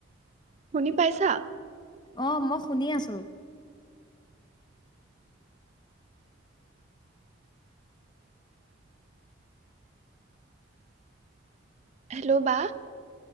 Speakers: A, on the right; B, on the left.
A: শুনি পাইছা?
B: অ', মই শুনি আছোঁ।
A: হেল্ল' বা।